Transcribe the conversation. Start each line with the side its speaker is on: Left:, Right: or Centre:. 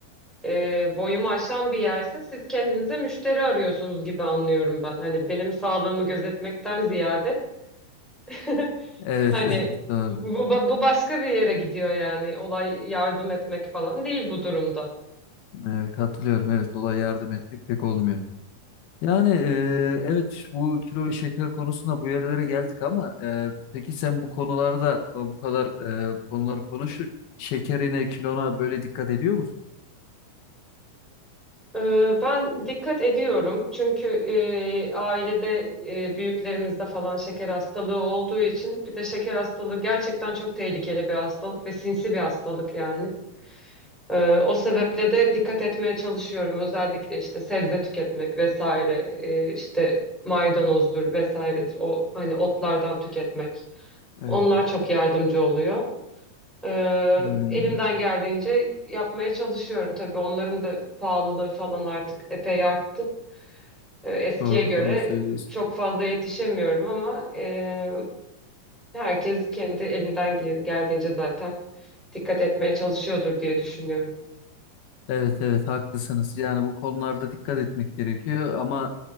Centre: e, boyumu aşan bir yerse siz kendinize müşteri arıyorsunuz gibi anlıyorum ben. Hani benim sağlığımı gözetmekten ziyade <laughs>
Left: Evet,
Centre: hani
Left: <laughs> evet doğru.
Centre: bu, bu bu başka bir yere gidiyor yani. Olay yardım etmek falan değil bu durumda.
Left: E, katılıyorum. Evet, olay yardım etmek pek olmuyor. Yani e, evet bu kilo ve şeker konusunda bu yerlere geldik ama e, peki sen bu konularda e, bu kadar e, bu konuları konuştuk. Şekerine, kilona böyle dikkat ediyor musun?
Centre: Ee, Ben dikkat ediyorum çünkü e, ailede e, büyüklerimizde falan şeker hastalığı olduğu için bir de şeker hastalığı gerçekten çok tehlikeli bir hastalık ve sinsi bir hastalık yani. Ee, o sebeple de dikkat etmeye çalışıyorum özellikle işte sebze tüketmek vesaire e, işte maydanozdur vesairedir o hani otlardan tüketmek
Left: Evet.
Centre: onlar çok yardımcı oluyor. Ee,
Left: Hmm,
Centre: elimden geldiğince yapmaya çalışıyorum tabii onların da pahalılığı falan artık epey arttı. E, Eskiye
Left: doğru
Centre: göre
Left: doğru söylüyorsun.
Centre: çok fazla yetişemiyorum ama e, herkes kendi elinden ge- geldiğince zaten dikkat etmeye çalışıyordur diye düşünüyorum.
Left: Evet evet haklısınız. Yani bu konularda dikkat etmek gerekiyor ama